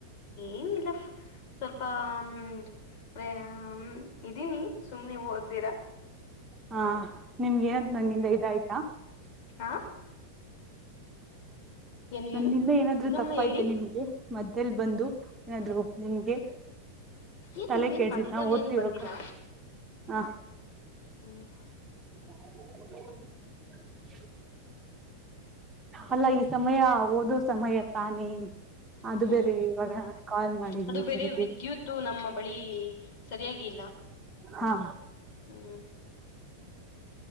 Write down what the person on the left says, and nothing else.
ಏನಿಲ್ಲ ಸ್ವಲ್ಪ ಹ್ಮ ಅೆ ಇದೀನಿ ಸುಮ್ನೆ ನೀವು್ ಓದ್ದಿರಾ
ಹ್ಮ್
ಹಾ ಏನು
ಏನು
ಇನ್ನೊಮ್ಮೆ
ಹೇಳಿ
ಏನ್
ನೀವೇನ್
ಮಧ್ಯದಲ್ಲಿ
ಏನು ಬಂದಿಲ್ಲ
<inaudible>
ಹ್ಮ್
ಅದು ಬೇರೆ
ವಿದ್ಯುತ್ ನಮ್ಮ ಬಳಿ ಸರಿಯಾಗಿ
ಹ್ಮ